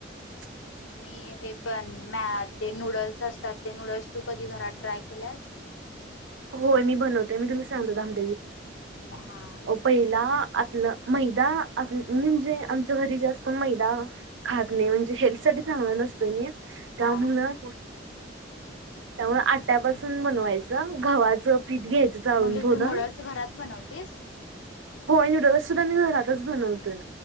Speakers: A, on the right; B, on the left.
A: ह
B: मी हे पण मॅ ते नूडल्स असतात ते नूडल्स तू कधी घरात ट्राय केल्यास.
A: होय मी बनवते मी तुला सांगते थांब
B: हां
A: पहिला आप मैदा आप <unintelligible> म्हणजे आमच्या घरी जास्त मैदा खात नाही म्हणजे शेल्थ साठी चांगला नसतोय म का
B: हां
A: मुलं त्यामुळे आट्यापासून बनवायचं. गव्हाचं पीठ घ्यायचं चालून
B: म्हणजे
A: थोडं.
B: तू नूडल्स घरात बनवतेस
A: होय नूडल्स सुद्धा मी घरातच बनवतोय.